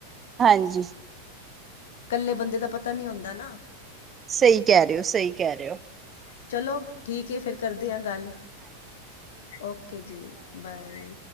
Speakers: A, on the right; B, on the left.
A: ਹਾਂਜੀ।
B: ਕੱਲੇ ਬੰਦੇ ਦਾ ਪਤਾ ਨਈ ਹੁੰਦਾ ਨਾ।
A: ਸਹੀ ਕਹਿ ਰੇ ਓ ਸਹੀ ਕਹਿ ਰੇ ਓ।
B: ਚਲੋ ਠੀਕ ਆ ਫਿਰ ਕਰਦੇ ਆ ਗੱਲ ਓਕੇ ਜੀ ਬਾਏ।